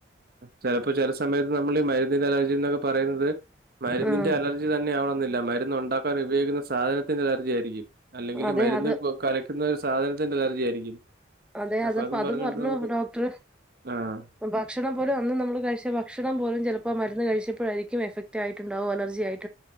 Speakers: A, on the right; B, in the centre.
A: ചിലപ്പോ - ഇപ്പ ചില സമയത്ത് നമ്മള് ഈ മരുന്നിന്റെ കാര്യ പറയുന്നത് മരുന്നിന്റെ
B: ആഹ്
A: അലർജി തന്നെ ആവണം എന്നില്ല മരുന്നുണ്ടാക്കാൻ ഉപയോഗിക്കുന്ന- സാധനത്തിന്റെ അലർജി ആയിരിക്കും അല്ലെങ്കിൽ
B: അതെ
A: മരുന്ന്
B: അത്
A: കലക്കുന്ന ഒരു സാധനത്തിന്റെ അലർജി ആയിരിക്കും
B: അതെ
A: അപ്പൊ
B: അതപ്പ
A: അതും
B: അത്
A: പറഞ്ഞുകൊണ്ട്
B: പറഞ്ഞു
A: നമുക്ക്
B: ഡോക്ടർ
A: ആഹ്
B: ഭക്ഷണം പോലും അന്ന് നമ്മള് കഴിച്ച ഭക്ഷണം പോലും ചിലപ്പോ മരുന്ന് കഴിച്ചപ്പോഴായിരിക്കും- ക്കും എഫക്ട് ആയിട്ടുണ്ടാവും അലർജി ആയിരിക്കും